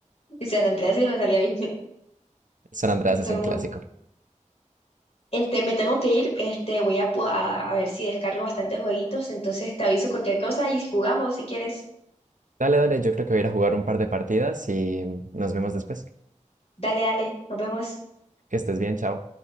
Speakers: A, on the left (about 55°); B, on the right (about 80°).
A: Y se la entré así y me salía bien
B: San Andreas
A: <laughs> todo
B: es un
A: el mundo.
B: clásico.
A: Este, me tengo que ir, este, voy a, pu- a, a ver si descargo bastantes jueguitos, entonces te aviso cualquier cosa y jugamos si quieres.
B: Dale, dale, yo creo que voy a ir a jugar un par de partidas y nos vemos después.
A: Dale, dale, nos vemos.
B: Que estés bien, chao.